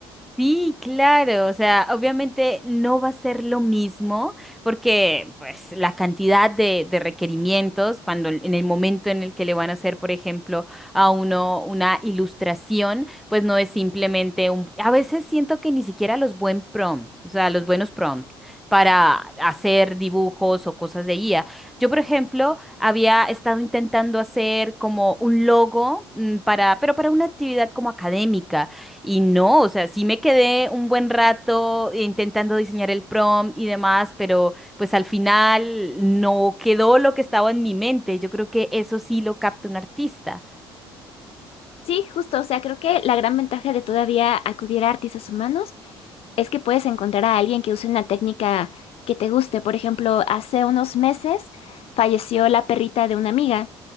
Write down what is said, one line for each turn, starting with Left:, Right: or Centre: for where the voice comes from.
Centre: Sí, claro, o sea, obviamente no va a ser lo mismo porque pues la cantidad de, de requerimientos cuando en el momento en el que le van a hacer, por ejemplo, a uno una ilustración, pues no es simplemente un... A veces siento que ni siquiera los buen prompt, o sea, los buenos prompts para hacer dibujos o cosas de guía. Yo, por ejemplo, había estado intentando hacer como un logo mm, para, pero para una actividad como académica y no, o sea, sí me quedé un buen rato intentando diseñar el prompt y demás, pero pues al final no quedó lo que estaba en mi mente. Yo creo que eso sí lo capta un artista.
Left: Sí, justo, o sea, creo que la gran ventaja de todavía acudir a artistas humanos es que puedes encontrar a alguien que use una técnica que te guste. Por ejemplo, hace unos meses falleció la perrita de una amiga